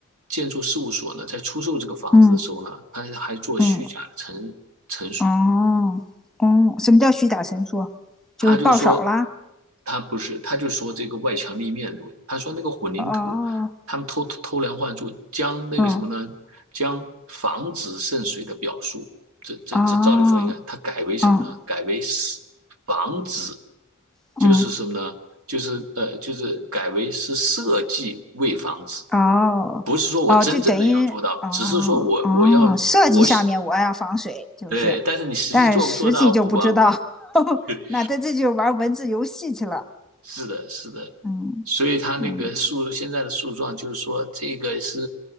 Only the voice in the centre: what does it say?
嗯
嗯哦哦，什么叫虚假陈述？
就是报少啦，
哦
哦
哦
嗯
嗯
哦哦，
就等于哦
哦，设计上面我要防水，就是
但实际就不知道，<laughs> 呵呵那他这就玩文字游戏去了。
嗯，
哎呀，